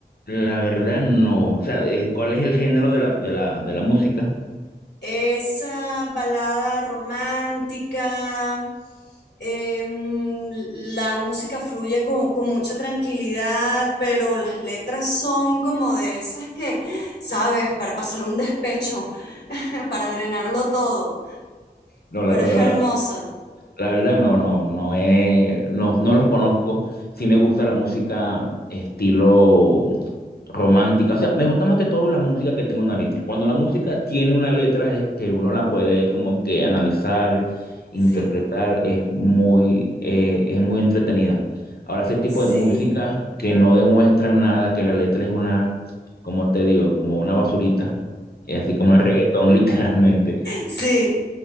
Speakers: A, on the left; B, on the left.
A: La verdad no. O sea, eh, ¿cuál es el género de la, de la, de la música?
B: Esa balada romántica, eh, mm, la música fluye con, con mucha tranquilidad, pero las letras son como de esas que, sabes, para pasar un despecho, <laughs> para drenarlo todo,
A: No, la,
B: pero
A: bueno,
B: es hermosa.
A: La verdad no, no, no he- no, no los conozco. Sí me gusta la música estilo romántica. O sea, me gusta más que todo la música que tenga una letra. Cuando la música tiene una letra es que uno la puede como que analizar, interpretar,
B: Sí,
A: es muy, eh, es muy entretenida. Ahora, ese tipo
B: sí,
A: de música que no demuestran nada, que la letra es una, como te digo, como una basurita, eh, así como el reggaetón <laughs> literalmente.
B: sí.